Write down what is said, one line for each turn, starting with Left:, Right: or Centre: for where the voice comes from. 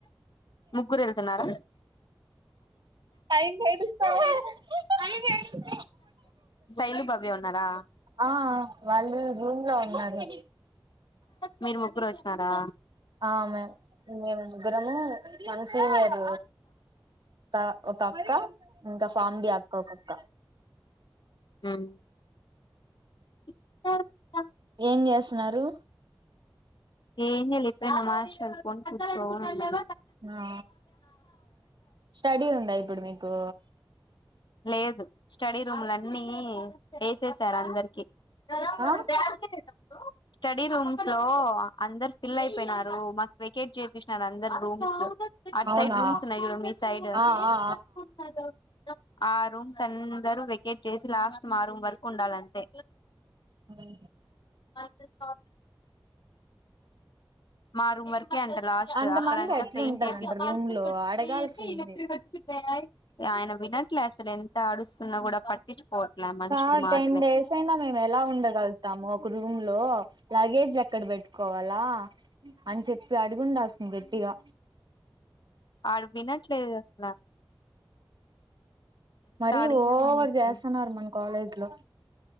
Left: ముగ్గురు వెళ్తున్నారా
Right: అయిమ్మీ ఏడుస్తా ఉంది ఆయ్ మ్మీ ఏడుస్త
Left: శైలు భవ్య ఉన్నారా
Right: ఆ వాళ్ళు రూమ్ లో ఉన్నారు
Left: మీరు ముగ్గురు వచ్చినారా
Right: ఆ మే మేము ముగ్గరము మన సినియర్ క ఒక అక్క ఇంకా ఫార్మ్డి అక్క ఒక అక్క
Left: ఉమ్ <unintelligible>
Right: ఏమ్ చేస్తున్నారు
Left: ఏమ్ చేయలేదు పెద్ద మాషర్ కొని కూర్చోవాల అన్న
Right: ఆ స్టడీ ఉందా ఇప్పుడు మీకు
Left: లేదు స్టడీ రూమ్ల అన్నీ వేసేసారు అందరికి కద మొన్న
Right: ఆ
Left: బ్యాంకి లేన అప్పుడు స్టడీ రూమ్స్ లో అందరు ఫిల్ అయిపోయినారు మాకు వెకేట్ చేపిచినారు అందరు రూమ్స్ లో అట్
Right: అవునా
Left: సైడ్ రూమ్స్ ఉన్నాయి చూడు మీ సైడ్ <unintelligible>
Right: ఆ ఆ
Left: ఆ రూమ్స్ అందరూ వికెట్ చేసి లాస్ట్ మా రూమ్ వరకు ఉండాల అంటే
Right: ఆ
Left: అద్ కా మా రూమ్ వర్క్ కేఅంటే లాస్ట్
Right: అంతమంది
Left: అక్కడ అంతా
Right: ఎట్లుంటారంట
Left: పెయింట్ ఏపిచ్చి
Right: రూమ్ లో
Left: కోటి
Right: అడగాల్సింది
Left: వేయేసి ఇల త్రీమన్స్ <unintelligible> ఆయన వినట్లే అసలు ఎంత ఆడుస్తున్నా కూడా పట్టించుకోవట్ల ఆ మనుషులు
Right: సార్
Left: మాటలే
Right: టెన్ డేస్ అయినా మేము ఎలా ఉండగలుగుతాము ఒక రూమ్ లో లగేజ్ ఎక్కడ పెట్టుకోవాలా అని చెప్పి అడిగుండాల్ సింది గట్టిగా
Left: ఆడు వినట్లేదు అస్ ల
Right: మరీ
Left: అడిగినామని
Right: ఓవర్
Left: అసలు
Right: చేస్తు ఉన్నారు మన కాలేజ్ లో